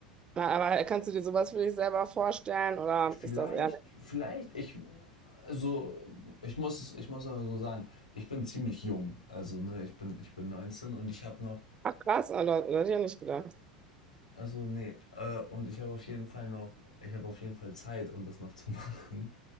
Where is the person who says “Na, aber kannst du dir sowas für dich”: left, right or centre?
Right